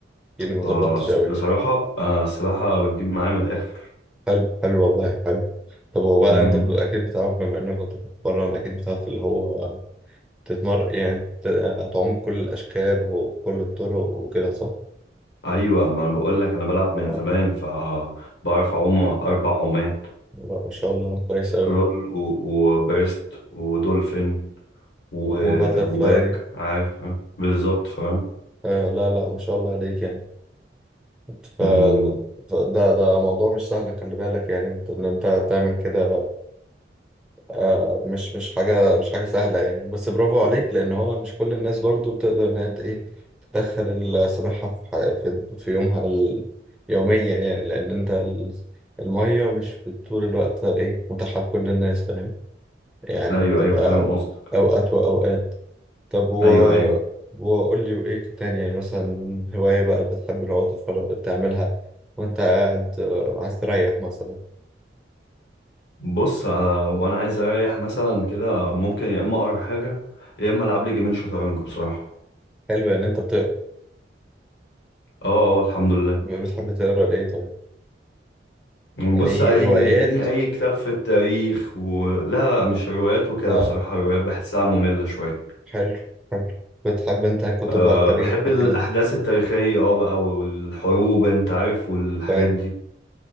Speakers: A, in the centre; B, on the left (about 65°).
A: يعني ما
B: آه
A: ظبطتش قوي
B: بصراحة انا السباحة بتجيب معايا من الاخر
A: حلو حلو والله حلو طب هو بقى
B: مم.
A: انت بت- اكيد بتعرف بما انك كنت بتتمرن اكيد بتعرف اللي هو تتمرن يعني ت- تعوم كل الاشكال وكل الطرق وكده صح
B: ايوه ما انا بقول لك انا بلعب من
A: اه
B: زمان فبعرف اعوم اربع عومات
A: لا ما شاء الله كويس أوي
B: كرول و- وبريست ودولفين و-
A: وباتر
B: وباك
A: فلاي دي
B: عارف بالظبط فاهم
A: آه لا لا ما شاء الله عليك يعني ف...
B: مم.
A: فده ده موضوع مش سهل خلي بالك يعني انت ان انت تعمل كده آه مش مش حاجة مش حاجة سهلة يعني بس برافو عليك لأن هو مش كل الناس برضو بتقدر إن هي ت- إيه تدخل السباحة في حي... في, في يومها ال... يوميا يعني لأن انت ال... المية مش طول الوقت إيه متاحة لكل الناس فاهم يعني
B: ايوه
A: بتبقى
B: ايوه فاهم
A: أو-
B: قصدك
A: أوقات وأوقات طب و...
B: ايوه ايوه
A: وقول لي وإيه تاني يعني مثلا هواية بقى بتحب اللي هو تتفرج تعملها وأنت قاعد آه، عايز تريح مثلا
B: بص آه، وانا عايز اريح مثلا كده ممكن يا اما اقرا حاجه يا اما العب لي جيمين شطرنج بصراحه
A: حلو يعني أنت بت...
B: اه اه الحمد لله
A: بتحب تقرا لإيه طيب؟ يعني
B: بص
A: إيه
B: أي-
A: روايات
B: اديني اي كتاب في التاريخ ولا لا لا، مش روايات وكده
A: آه
B: بصراحه الروايات بحسها ممله شويه
A: حلو حلو بتحب أنت كتب
B: أه
A: بقى التاريخ
B: بحب
A: وكده
B: الاحداث التاريخيه اه بقى والحروب انت عارف والحاجات
A: فاهم
B: دي